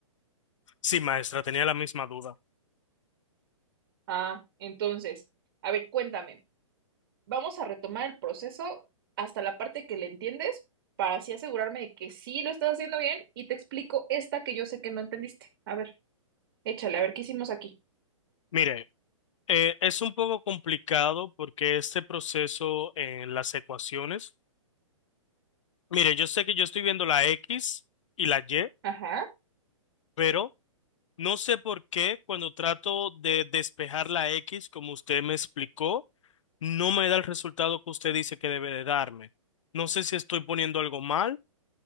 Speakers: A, on the left; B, on the right.
A: Sí, maestra, tenía la misma duda.
B: Ah, entonces, a ver, cuéntame. vamos a retomar el proceso hasta la parte que le entiendes para así asegurarme de que sí lo estás haciendo bien y te explico esta que yo sé que no entendiste. A ver, échale, a ver qué hicimos aquí.
A: Mire, eh, es un poco complicado porque este proceso en las ecuaciones. Mire, yo sé que yo estoy viendo la X y la Y
B: Ajá.
A: Pero no sé por qué cuando trato de despejar la X, como usted me explicó, no me da el resultado que usted dice que debe de darme. No sé si estoy poniendo algo mal